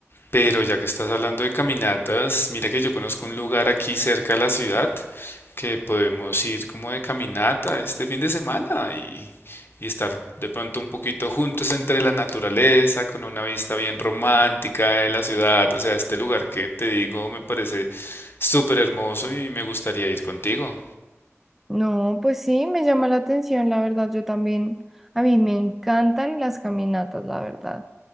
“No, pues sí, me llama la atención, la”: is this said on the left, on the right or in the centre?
Centre